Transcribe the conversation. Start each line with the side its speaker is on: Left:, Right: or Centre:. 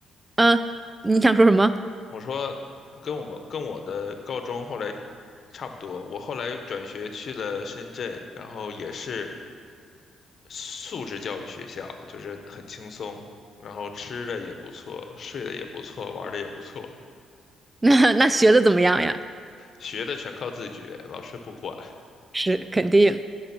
Right: 嗯，呃你想说什么？
Left: 我说跟我们跟我的高中后来差不多，我后来转学去了深圳，然后也是素质教育学校，就是很轻松，然后吃的也不错，睡的也不错，玩的也不错，
Right: <laughs> 那那学的怎么样呀？
Left: 学的全靠自觉，老师不管。
Right: 是肯定。